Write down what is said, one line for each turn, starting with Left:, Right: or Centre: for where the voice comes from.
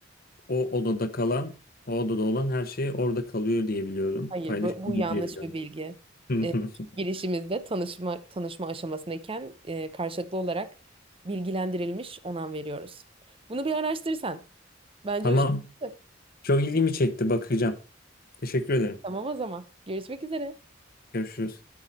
Left: o odada kalan, o odada olan her şey orada kalıyor diye biliyordum.
Right: Hayır,
Left: Paylaşılmıyor
Right: bu, bu yanlış
Left: diye biliyordum.
Right: bir bilgi. E,
Left: <laughs>
Right: girişimizde tanışma tanışma aşamasındayken e, karşılıklı olarak bilgilendirilmiş onam veriyoruz. Bunu bir araştırsan. Bence
Left: Tamam.
Right: hoşuna gitti.
Left: Çok ilgimi çekti. Bakacağım. Teşekkür ederim.
Right: Tamam o zaman. Görüşmek üzere.
Left: Görüşürüz.